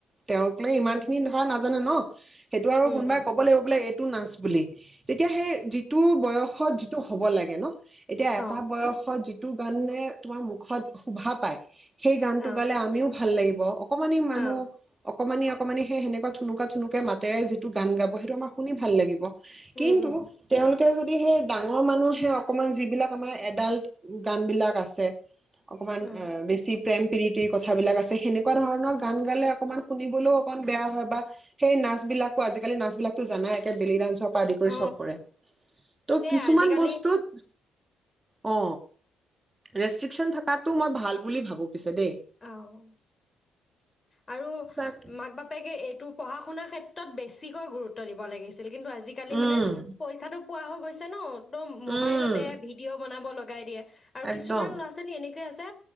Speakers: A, on the right; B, on the left.
A: তেওঁকে
B: উম,
A: ইমান খিনি ধৰা নাজানে ন'। <inaudible> সেইটো আৰু
B: উম,
A: কোনোবাই
B: উম,
A: ক'ব লাগিব বোলে টো নাচ বুলি তেতিয়া সেই যিটো বয়সত যিটো হ'ব লাগে ন' এতিয়া
B: অ,
A: এটা বয়সত যিটো গানে তোমাৰ মুখত শোভা পায়। সেই গান
B: অ,
A: টো গালে আমিও ভাল লাগিব বা <unintelligible> অকমানি
B: অ,
A: মানুহ অকমানি অকমানি সেই সনেকুৱা থুনুকা থুনুকে মাতেৰে যিটো গান গাব সেইটো আমাৰ শুনি ভাল লাগিব
B: উম,
A: কিন্তু
B: উম,
A: তেওঁলোক তেওঁ যদি সেই ডাঙৰ মানুহে অকমান যিবিলাক আমাৰ এডাল্ট গান বিলাক আছে অকমান
B: উম,
A: বেছি প্ৰেম প্ৰি সেই কথাবিলাক আছে সেনেকুৱা ধৰণৰ গান গালে অকণমান শুনিবলৈও অকন বেয়া হয় বা সেই নাচ বিলাকো আজিকালি নাচ বিলাকটো জানাই একে বেলি ডান্ঞ্চৰ আদি কৰি
B: অ,
A: চব কৰে ত'
B: সেয়া
A: কিছুমান
B: আজিকালি
A: বস্তুত অ ৰেষ্ট্ৰিকচন থকাটো মই ভাল বুলি ভাবো পিছে দেই
B: অ। আৰু
A: তাকে
B: মাক বাপেকে এই টো পঢ়া শুনাৰ ক্ষেত্ৰত বেছিকৈ গুৰুত্ব দিব লাগিছিল কিন্তু আজিকালি
A: উম
B: মানে পইচাটো পোৱা হৈ গৈছে ন একদম
A: উম
B: মবাইলতে ভিডিঅ' বনাব লগাই দিয়ে আৰু
A: একদম
B: কিছুমান ল'ৰা ছোৱালী এনেকে আছে